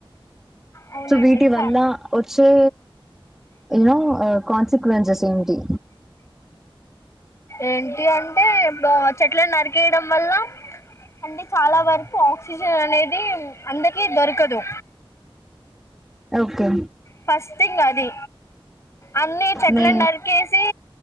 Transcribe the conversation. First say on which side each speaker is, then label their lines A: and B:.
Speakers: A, on the left; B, in the centre.
A: అవునండి
B: సో వీటి వల్ల
A: చ
B: వచ్చే యూనో కాన్సిక్వెన్సెస్ ఏటి
A: ఏంటి అంటే ఇప్పుడు చెట్లను నరికేయడం వల్ల అంటే చాలా వరకు ఆక్సిజన్ అనేది ఇది అందకి దొరకదు
B: ఓకే
A: ఫస్ట్ థింగ్ అది అన్ని చెట్లలను
B: మే
A: నరికేసి